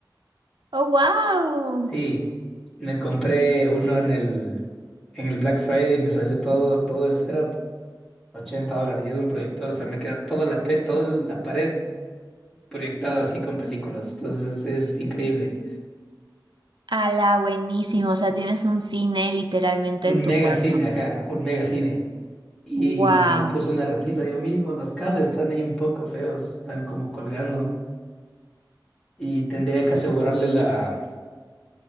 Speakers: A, on the right; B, in the centre.
A: ¡Oh, wow!
B: Sí, me compré uno en el, en el Black Friday y me salió todo, todo el setup, 80 dólares y es un proyector, o sea, me queda toda la, tele, toda la pared proyectada así con películas, entonces es, es increíble.
A: ¡Hala, buenísimo! O sea, tienes un cine literalmente
B: Un
A: en tu
B: mega
A: cuarto.
B: cine, ajá, un mega cine. Y
A: ¡Wow!
B: puse una repisa yo mismo, los cables están ahí un poco feos, están como colgando y tendría que asegurarle la,